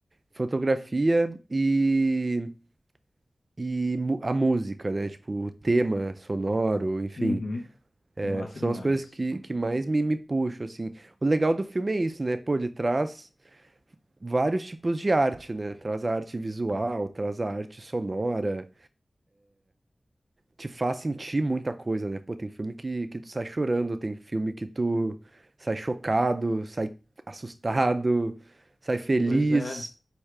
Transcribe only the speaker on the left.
Uhum,
massa
demais.
Pois é.